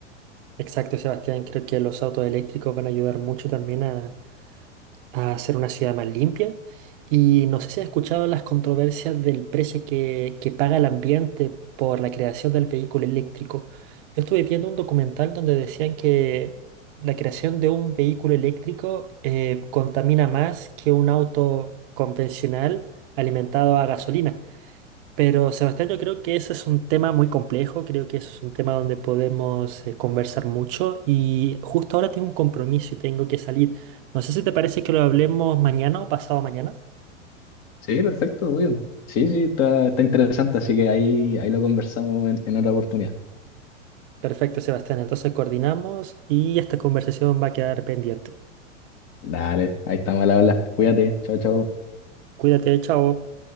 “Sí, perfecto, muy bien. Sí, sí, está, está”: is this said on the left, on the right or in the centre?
Left